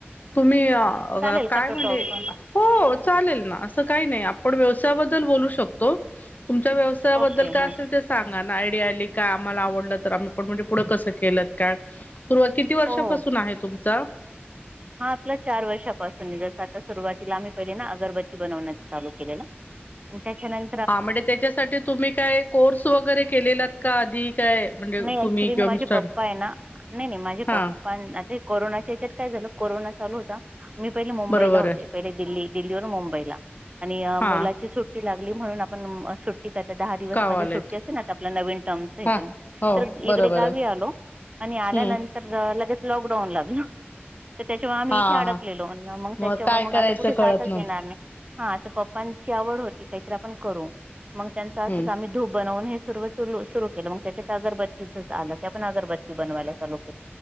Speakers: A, on the left; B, on the right.
A: तुम्ही अ
B: चालेल
A: काय
B: का तो
A: म्हणजे
B: टॉप पण
A: हो चालेल ना असं काय नाय आपण व्यवसायाबद्दल बोलू शकतो. तुमच्या व्यवसा साया बद्दल
B: ओके
A: काय
B: हां
A: असेल ते सांगा ना आयडिया आली का आम्हाला आवडलं तर पण म्हणजे पुढं कसं केलंत काय सुरुवात किती वर्षापासून
B: हो हो
A: आहे तुमचा?
B: हा आपल्या चार वर्षापासून जसं आता सुरुवातीला आम्ही पहिले ना अगरबत्ती बनवण्याच चालू केलेलं. आणि त्याच्यानं
A: हा म्हणजे त्याच्यासाठी तुम्ही काय कोर्स वगैरे केलेलात का आधी काय म्हणजे
B: नाही ॲक्च्युली
A: तुम्ही किंवा
B: ना माझे
A: मिस्टर
B: पप्पा ना नाई नाई माझे पप
A: हा
B: प्पाना आता कोरोनाच्या याच्यात काय झालं कोरोना चालू होता मी पहिले मुंबईला
A: बरोबर
B: होते.
A: आहे
B: पहिले दिल्ली दिल्ली वरून मुबईला आणि मुलाची
A: हा
B: सुट्टलागली म्हणून आपण ट्टीत आता दहा दिवस
A: गावालायत
B: मध्ये सुट्टी असेल ना आपला नवीन टर्मच
A: हा हो
B: तर
A: बरोबर
B: इकडे गावी
A: आहे
B: आलो आणि आल्यानंतर
A: हम्म
B: लगेच लॉकडाऊन लागल. तर त्याच्यामुळ आम्ही
A: हा
B: इथे अडकलेलो
A: हा
B: मग त्याच्यामुळे
A: काय
B: मग
A: करायचं
B: आता कुठे
A: कळत
B: जाताच
A: नव्हतं
B: येणार नाय. हा तर पप्पांची आवड होती कायतरी आपण करू मग त्यांच असं
A: हम्म
B: आम्ही धूप बनवून हे सुर रू सुरू केलं मग त्याच्यात अगरबत्तीच आलं ते पण अगरबत्ती बनवायला चालू केलं.